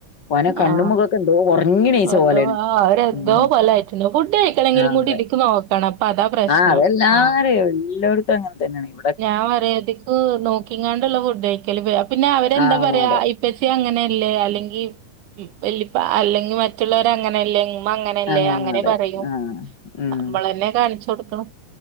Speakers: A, on the left (about 40°); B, on the right (about 80°).
A: ഓന കണ്ണും
B: ആഹ്
A: മൊഖക്കെ എന്തോ ഒറങ്ങി എണീച്ച
B: അതോ
A: പോലെണ്.
B: ആ അവരെന്തോ
A: ഉം
B: പോലെ ആയിട്ടുണ്ട് ഫുഡ് കഴിക്കണെങ്കിലും
A: <unintelligible>
B: കൂടി ഇതിക്ക് നോക്കണം അപ്പൊ അതാ പ്രശ്നം
A: ആ അവൻ <unintelligible>
B: ആഹ്
A: എല്ലാടത്തും അങ്ങനെ തന്നാണ്. ഇവി
B: ഞാൻ പറയ <unintelligible> നോക്കിങ്ങാണ്ടുള്ള ഫുഡ് കഴിക്കല്. പിന്നെ അവരെന്താ
A: ആഹ്
B: പറയാ
A: അതെ
B: <unintelligible> പ്പച്ചി അങ്ങനല്ലേ അല്ലെങ്കി വല്ലിപ്പ അല്ലെങ്കി മറ്റുള്ളവരങ്ങനല്ലേന്ന് ഉമ്മ അങ്ങനല്ലേ
A: ആഹ്
B: അങ്ങനെ
A: അതെ
B: പറയും.
A: ആഹ് ഉം
B: നമ്മളന്നെ കാണിച്ചു കൊടുക്കണു.